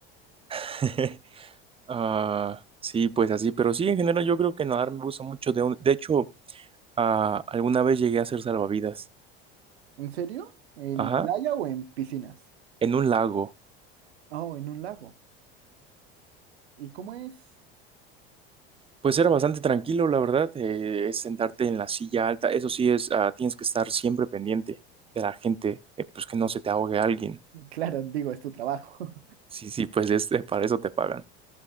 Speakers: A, on the right (about 20°); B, on the right (about 90°).
A: <laughs> Ah, sí, pues así, pero sí, en general yo creo que nadar me gusta mucho. De, un- de hecho, ah, alguna vez llegué a hacer salvavidas,
B: ¿En serio? ¿En
A: ajá,
B: playa o en piscinas?
A: en un lago.
B: Oh, en un lago. ¿Y cómo es?
A: Pues era bastante tranquilo, la verdad. eh, es sentarte en la silla alta. Eso sí es, ah, tienes que estar siempre pendiente de la gente, eh, pues que no se te ahogue alguien.
B: Claro, digo, es tu trabajo.
A: Sí, sí, pues este, para eso te pagan.